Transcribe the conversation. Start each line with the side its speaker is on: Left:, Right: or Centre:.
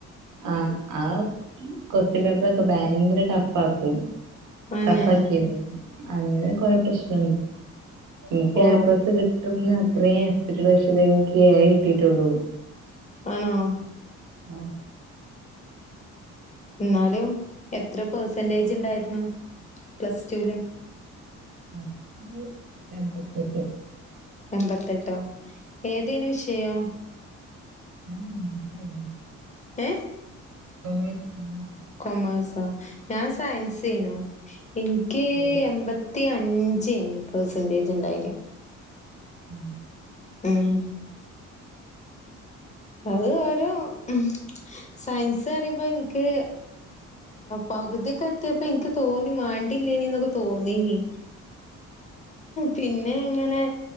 Right: ആ ആ ക്വസ്റ്റ്യൻ പേപ്പറൊക്കെ ബാ യങ്കര ടഫ്ഫാക്കും
Left: അന്നെ
Right: ടഫ്ഫാക്കിയിരുന്നു അങ്ങനെ കൊറേ പ്രശ്നണ്ട് ഇൻക്ക്
Left: ഓ
Right: ഏ പ്ലസ് കിട്ടും ന്ന് ഇത്രയും <unintelligible> ഇൻക്ക് ഏ കിട്ടീട്ടുള്ളൂ
Left: ആണോ
Right: ആഹ്
Left: എന്നാലും എത്ര പെർസെന്റേജിണ്ടായിരുന്നു പ്ലസ്ടൂല്
Right: പ്ലസ്റ്റു എൺപത്തെട്ട്
Left: എൺമ്പത്തെട്ടോ? ഏതേനു വിഷയം.
Right: ഞാൻ സയൻസായ്രുന്നു
Left: ഏ
Right: കൊമേയ്‌സ് <unintelligible>
Left: കൊമെർസോ? ഞാൻ സയൻസേനു ഇൻക്ക്
Right: ഓ
Left: എൺമ്പത്തിയ അഞ്ചേനി പെർസെന്റേജ് ഉണ്ടായിനിയ്
Right: ആ
Left: ഉം അത് ഓരോ ഉം സയൻസ് പറുമ്പോ എൻക്ക് പകുതിക്കെ എത്തിയപ്പോ എൻക്ക് തോന്നി മാണ്ടില്ലേനിന്നൊക്കെ തോന്നിനി പിന്നെ ഇങ്ങനെ